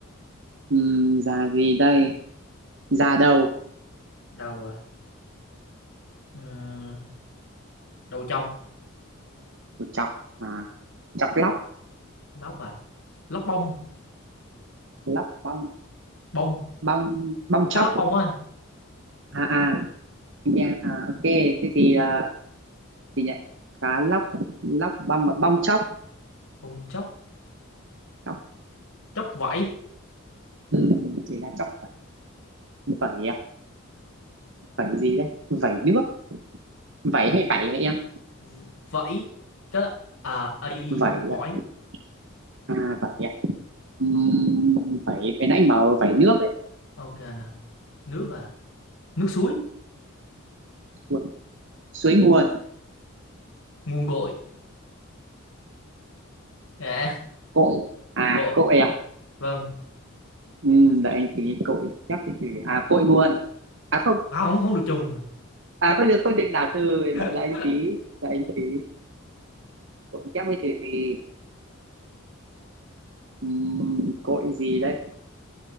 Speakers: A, on the right; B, on the left.
A: ừ, già gì đây da đầu
B: đầu à Ừm, đầu trọc
A: chọc à, chọc lóc
B: lóc à lóc bông
A: lóc bong
B: bông
A: bong bong chóc
B: cá lóc bông á anh
A: à à yeah, à ok thế thì à, thì nhận cá lóc lóc bong và bong chóc
B: Ông chốc
A: chóc
B: chốc vẫy
A: ừ, chỉ là chóc vẩy vẩy à? vẩy gì đấy vẩy nước vẩy
B: nước
A: hay vẩy hay em
B: v- vẫy cái à ấy
A: vẩy
B: hỏi
A: à? à vẩy à Ừm, vẩy cái nãy anh bảo vẩy nước đấy
B: ok nè nước à nước suối
A: Ui, suối nguồn
B: nguồn gội à
A: cội à
B: gội
A: cội à
B: vâng
A: Ừm, đợi anh tí cội chắc thì à cội nguồn à không
B: À, không không được trùng
A: à không được không được đảo từ đợi
B: <laughs>
A: đợi anh tí đợi anh tí cội chép với từ gì Ừm, cội gì đây